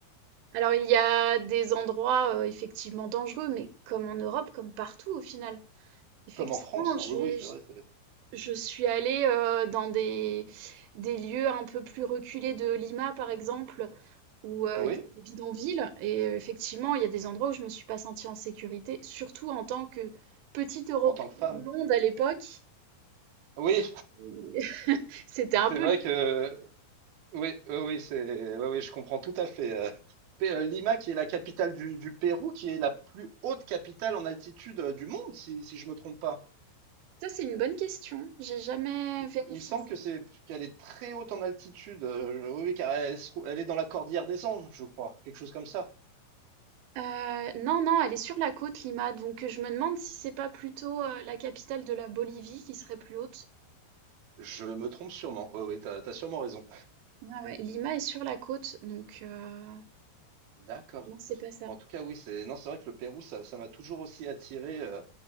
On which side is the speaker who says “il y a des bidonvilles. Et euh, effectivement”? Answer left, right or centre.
Right